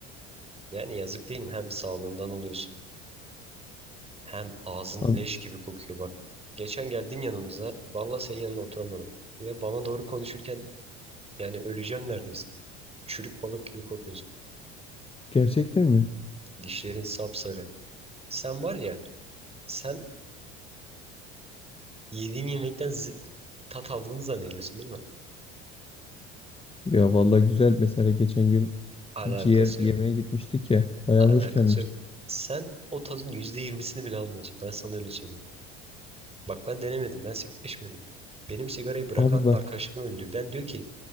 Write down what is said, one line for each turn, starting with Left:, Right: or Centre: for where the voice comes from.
Right: Yani yazık değil mi? Hem sağlığından oluyorsun. Hem ağzın
Left: Abi,
Right: leş gibi kokuyor bak. Geçen geldin yanımıza. Valla senin yanında oturamadım. Ya bana doğru konuşurken yani öleceğim neredeyse. Çürük balık gibi kokuyorsun.
Left: gerçekten mi?
Right: Dişlerin sapsarı. Sen var ya sen Yediğin yemekten zi- tat aldığını zannediyorsun değil mi?
Left: Ya vallahi güzel mesela geçen gün
Right: Alakası
Left: ciğer yemeye
Right: yok.
Left: gitmiştik ya. Bayağı
Right: Alakası
Left: hoş gelmişti.
Right: yok. Sen o tadın yüzde yirmisini bile almıyorsun. Ben sana öyle söyleyeyim. Bak ben denemedim. Ben sigara içmedim. Benim sigarayı bırakan
Left: Abi bak
Right: arkadaşlarım öyle diyor. Ben diyor ki